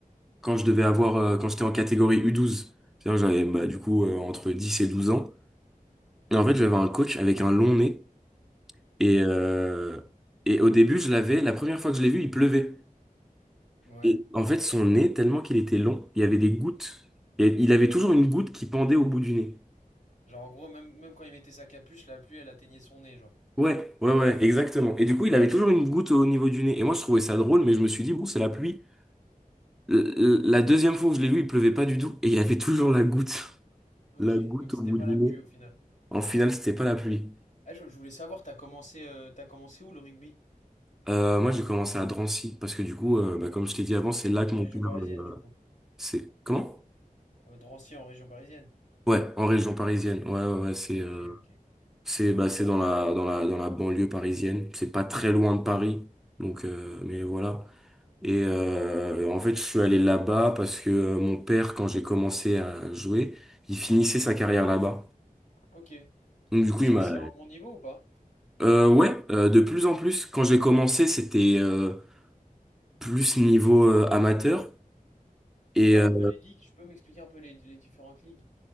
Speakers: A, in the centre; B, on the left.
A: quand je devais avoir, euh, quand j'étais en catégorie U12. C'est-à-dire, j'avais, bah, du coup, euh, entre 10 et 12 ans. Et en fait, j'avais un coach avec un long nez.
B: Mhm.
A: Et, euh, et au début, je l'avais, la première fois que je l'ai vu, il pleuvait.
B: Ouais.
A: Et en fait, son nez, tellement qu'il était long, il y avait des gouttes. Et il avait toujours une goutte qui pendait au bout du nez.
B: Genre, en gros, même, même quand il mettait sa capuche, la pluie, elle atteignait son nez, genre.
A: Ouais, ouais, ouais, exactement. Et du coup, il avait toujours une goutte au niveau du nez. Et moi, je trouvais ça drôle, mais je me suis dit, bon, c'est la pluie. L- l- La deuxième fois où je l'ai vu, il pleuvait pas du tout et il avait toujours la goutte.
B: Ok,
A: La goutte
B: donc c'était
A: au bout
B: pas
A: du
B: la
A: nez.
B: pluie au final.
A: En finale, c'était pas la pluie.
B: Ah, je, je voulais savoir, t'as commencé, euh, t'as commencé où le rugby?
A: Euh, moi, j'ai commencé à Drancy parce que du coup, euh, bah, comme je t'ai dit avant, c'est là que
B: En
A: mon
B: région
A: père,
B: parisienne,
A: euh,
B: du coup.
A: c'est comment?
B: Euh, Drancy en région parisienne.
A: Ouais, en région parisienne. Ouais, ouais, ouais, c'est euh,
B: Ok, ok.
A: c'est bah, c'est dans la dans la dans la banlieue parisienne. C'est pas très loin de Paris, donc euh, mais voilà. Et euh, en fait, je suis allé là-bas parce que euh, mon père, quand j'ai commencé à jouer, il finissait sa carrière là-bas.
B: Ok. Et
A: Donc du coup,
B: se
A: il m'a
B: c'est un bon niveau ou pas?
A: euh, ouais, euh, de plus en plus. Quand j'ai commencé, c'était euh, plus niveau euh, amateur. Et
B: T'as
A: euh,
B: un peu les ligues, je peux m'expliquer un peu les, les différentes ligues?